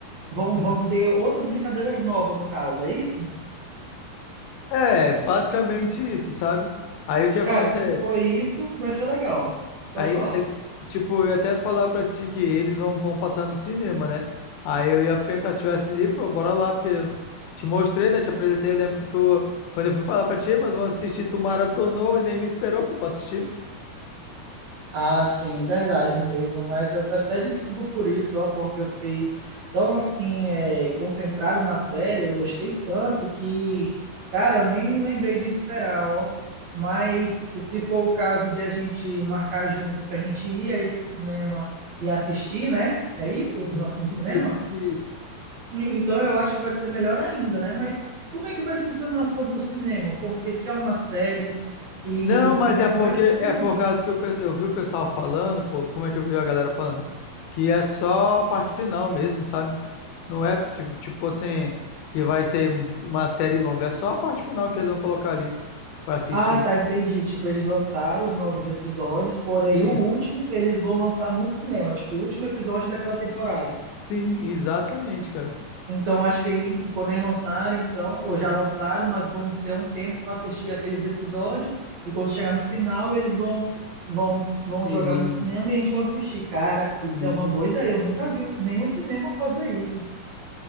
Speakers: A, on the right; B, on the left.
A: vão
B: Uhum.
A: vão ter outras brincadeiras novas no caso, é isso?
B: É, basicamente isso, sabe? Aí o que acontece?
A: Cara, se for isso, vai ser legal. Pode
B: Aí,
A: falar.
B: aí, tipo, eu ia até falar pra ti que eles vão, vão passar no cinema, né? Aí eu ia perguntar, tivesse livro, pô, bora lá, porque eu te mostrei, né? Te apresentei, eu lembro que tu, quando eu fui falar pra ti, mas vamos assistir, tu maratonou e nem me esperou, pô, pra assistir.
A: Ah, sim, verdade mesmo. Mas eu peço até desculpa por isso, ó, porque eu fiquei tão assim, é, concentrado na série, eu gostei tanto que, cara, eu nem lembrei de esperar, ó. Mas se for o caso de a gente marcar junto pra gente ir a esse cinema e assistir, né? É isso?
B: Uhum.
A: No, no cinema?
B: Isso, isso.
A: Então eu acho que vai ser melhor ainda, né? Mas como é que vai funcionar sobre o cinema? Porque se é uma série e
B: Não,
A: cinema
B: mas é porque
A: é mais filme.
B: é por causa que eu, pe- eu vi o pessoal falando, pô, como é que eu vi a galera falando? Que é só a parte final mesmo, sabe? Não é porque, tipo assim, que vai ser um- uma série longa, é só a parte final que eles vão colocar ali pra assistir.
A: Ah, tá, entendi. Tipo, eles lançaram os novos episódios, porém
B: Isso.
A: o último eles vão lançar no cinema, tipo, o último episódio daquela temporada.
B: Sim, exatamente, cara.
A: Então, acho que em- quando eles lançarem, então, ou já lançaram, nós vamos ter um tempo para assistir aqueles episódios e quando chegar no final, eles vão vão vão
B: E,
A: jogar no cinema e a gente vai assistir. Cara, isso
B: e-
A: é uma boa ideia. Eu nunca vi nenhum cinema fazer isso.